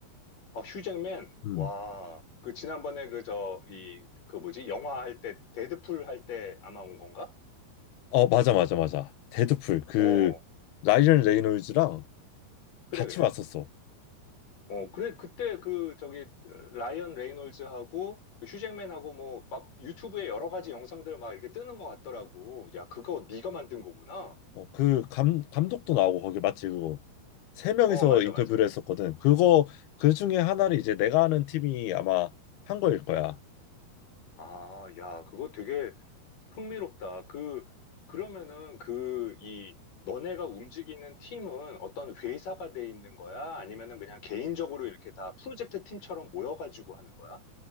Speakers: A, on the left; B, on the left.
A: 아, 휴잭맨.
B: 음.
A: 와, 그 지난번에 그 저, 이, 그 뭐지? 영화 할 때, 데드풀 할 때 아마 온 건가?
B: 어, 맞아, 맞아, 맞아. 데드풀. 그,
A: 어,
B: 라이언 레이놀즈랑
A: 그래,
B: 같이
A: 그래.
B: 왔었어.
A: 어, 그래, 그때 그 저기, 라이언 레이놀즈하고 그 휴잭맨하고 뭐 막 유튜브에 여러 가지 영상들 막 이렇게 뜨는 것 같더라고. 야, 그거 네가 만든 거구나.
B: 어, 그, 감, 감독도 나오고, 거기 맞지, 그거. 세 명이서
A: 어, 맞아,
B: 인터뷰를
A: 맞아.
B: 했었거든. 그거, 그 중에 하나를 이제 내가 아는 팀이 아마 한 거일 거야.
A: 아, 야, 그거 되게 흥미롭다. 그, 그러면은 그, 이, 너네가 움직이는 팀은 어떤 회사가 돼 있는 거야? 아니면은 그냥 개인적으로 이렇게 다 프로젝트 팀처럼 모여가지고 하는 거야?